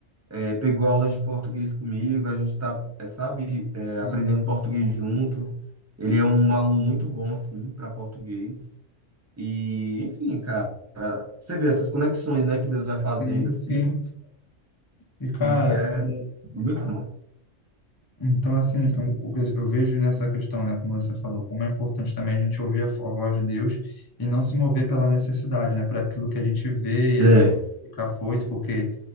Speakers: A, on the right; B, on the left.
A: é, pegou aulas de português comigo, a gente tá, é, sabe, é,
B: Sim,
A: aprendendo português junto. Ele é um aluno muito bom, assim, para português. E, enfim, cara, você vê essas conexões, né, que Deus vai fazendo,
B: sim.
A: assim,
B: sim. E, cara,
A: e é
B: é,
A: muito bom.
B: então, assim, eu, o que eu vejo nessa questão, né, como você falou, como é importante também a gente ouvir a, a voz de Deus e não se mover pela necessidade, né, por aquilo que a gente vê e
A: É,
B: a gente fica afoito, porque